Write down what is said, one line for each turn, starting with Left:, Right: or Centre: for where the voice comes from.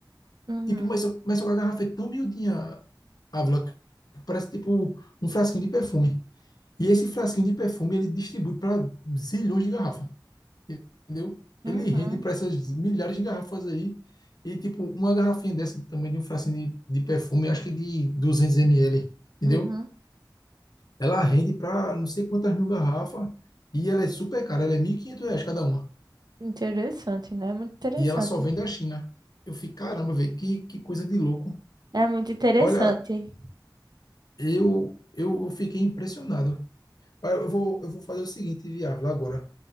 Right: uhum,
Left: Tipo, mas, só- mas só que a garrafa é tão miudinha, Ávila, que parece tipo um frasquinho de perfume. E esse frasquinho de perfume ele distribui para zilhões de garrafas, entendeu?
Right: uhum.
Left: Ele rende para essas milhares de garrafas aí. E, tipo, uma garrafinha dessa também de um frasquinho de, de perfume, acho que de 200 ml, entendeu?
Right: Uhum.
Left: Ela rende para não sei quantas mil garrafas e ela é super cara, ela é 1.500 reais cada uma.
Right: Interessante, né? Muito interessante.
Left: E ela só vem da China. Eu fiquei, caramba, velho, que, que coisa de louco.
Right: É muito interessante.
Left: Olha, eu, eu, eu fiquei impressionado. Olha, Eu vou, eu vou fazer o seguinte, Viável, agora.